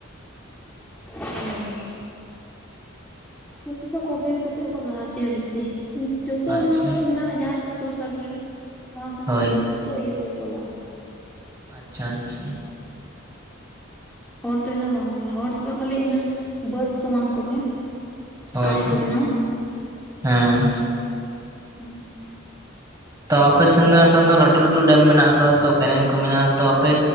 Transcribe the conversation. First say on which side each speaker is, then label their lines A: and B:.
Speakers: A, in the centre; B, on the right.
A: ᱦᱩᱸ ᱱᱚᱛᱮ ᱫᱚ ᱠᱚᱯᱞᱮᱢ ᱠᱚᱛᱮᱜ ᱜᱮ ᱠᱚ ᱞᱟ ᱦᱚᱪᱚᱭᱟ ᱵᱮᱥᱤ ᱡᱚᱛᱚ
B: ᱟᱪᱪᱷᱟ
A: ᱱᱚᱣᱟ ᱠᱚᱨᱮ ᱢᱮᱱᱟᱜᱼᱟ ᱡᱟᱦᱟᱸ ᱫᱚ ᱥᱩᱨ ᱥᱟᱸᱨᱜᱮᱲᱮ <inaudible>
B: ᱦᱳᱭ
A: ᱡᱩᱛᱚ ᱤᱭᱟᱹ ᱛᱮᱜᱮ ᱠᱚ ᱞᱟᱦᱚᱪᱚᱭᱟ
B: ᱟᱪᱪᱷᱟ ᱟᱪᱪᱷᱟ
A: ᱦᱚᱲ ᱛᱮᱫᱚ ᱵᱟᱝᱜᱮ ᱦᱚᱲ ᱛᱮᱫᱚ ᱠᱷᱟᱹᱞᱤ ᱤᱱᱟᱹ ᱵᱟᱹᱫ ᱥᱚᱢᱟᱱ ᱠᱚᱜᱮ
B: ᱦᱳᱭ
A: ᱟᱲᱮ ᱠᱚ ᱵᱮᱱᱟᱣ
B: ᱦᱮᱸ
A: <inaudible>
B: ᱛᱚ ᱟᱯᱮ ᱥᱮᱱ ᱫᱚ ᱮᱰᱸᱮ ᱠᱷᱟᱱ ᱫᱚ ᱞᱟᱹᱴᱩ ᱞᱟᱹᱴᱩ ᱰᱮᱢ ᱢᱮᱱᱟᱜ ᱠᱟᱫᱟ ᱛᱚ ᱠᱮᱱᱮᱞ ᱠᱚ ᱢᱮᱱᱟᱜᱼᱟ ᱛᱚ ᱟᱯᱮ